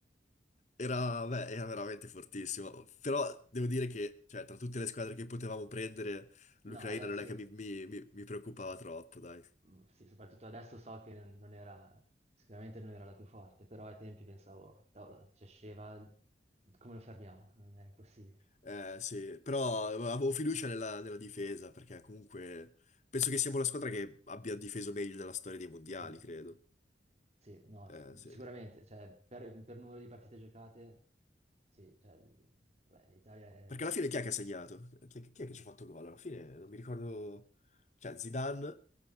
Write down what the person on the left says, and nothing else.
Era, beh, era veramente fortissimo. Però devo dire che, cioè, tra tutte le squadre che potevamo prendere, l'Ucraina
non è
che mi, mi- mi- mi preoccupava troppo, dai.
Eh, sì, però avevo fiducia nella, nella difesa, perché comunque penso che siamo la squadra che abbia difeso meglio nella storia dei mondiali,
credo.
Eh,
sì.
Perché alla fine chi è che ha segnato? Chi è, che chi è che ci ha fatto gol? Alla fine non mi ricordo... Cioè, Zidane...